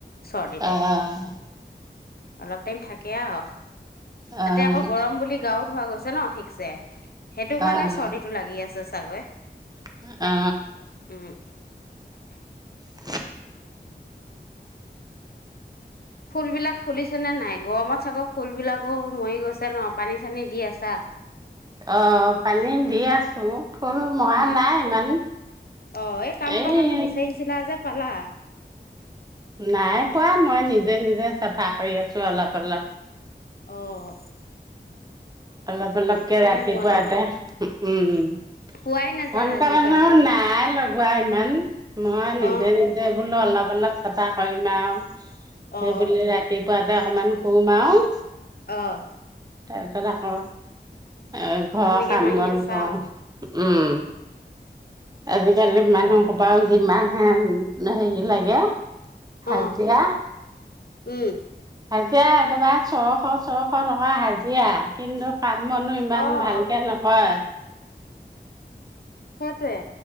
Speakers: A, on the left; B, on the right.
A: চৰ্দিটো
B: আহ
A: অলপ টাইম থাকে আৰু
B: অ',
A: তাতে আকৌ গৰম বুলি গাউত হৈ গৈছে ন ঠিকছে হেটো কাৰণে
B: অ',
A: চৰ্দিটো লাগি আছে। চাগৈ
B: <unintelligible> অ
A: উম <unintelligible>
B: <unintelligible>
A: ফুলবিলাক ফুলিছেনেে নাই গৰমত চাগৈ ফুলবিলাকো মৰি গৈছে ন পানী চানী দি আছা।
B: অ, পানী দি আছোঁ। ফুলৰ মৰা
A: কাম
B: নাই ইমান
A: অ এই কাম
B: এ।
A: কৰা মানুহ বিচাৰিছিলা যে পালা।
B: নাই পোৱা মই নিজে-নিজে চাফা কৰি আছো অলপ- অলপ।
A: অঁ।
B: অলপ-অলপকে ৰাতিপুৱাতে।
A: পোৱা নাই
B: ওউম সনেক
A: পোৱাই নাযায় আজিকালি
B: এঘন্টা মানু নাই লগোৱা ইমান। মই নিজে-নিজে
A: অ
B: বোলো অলপ। অলপ চাফা কৰিম আও
A: অ
B: এইবুলি ৰাতিপুৱা। এই অকণমান সুম আৰু।
A: অ'।
B: <unintelligible> এলাহ কউ। এ ঘৰ
A: তেনেকে
B: কাম-বন
A: মাৰি আছা
B: কউ
A: আৰু
B: উম আজিকালি মানুহ
A: অ
B: সোপা যিমান হে হেৰি লাগে হাজিয়া
A: অ উম
B: এতিয়া একেবাৰ ছ'শ ছ'শ টকা হাজিৰা। কিন্দব। কাম- বনু ইমান
A: অ
B: ভালেকে
A: অ
B: নকৈ।
A: সেইটোৱে